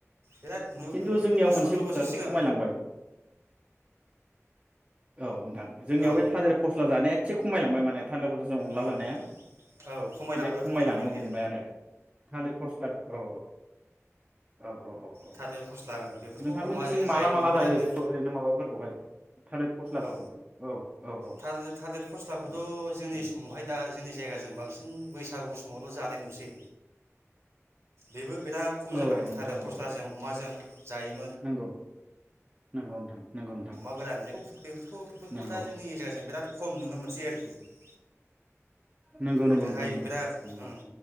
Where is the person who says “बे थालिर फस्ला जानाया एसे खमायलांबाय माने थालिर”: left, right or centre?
Right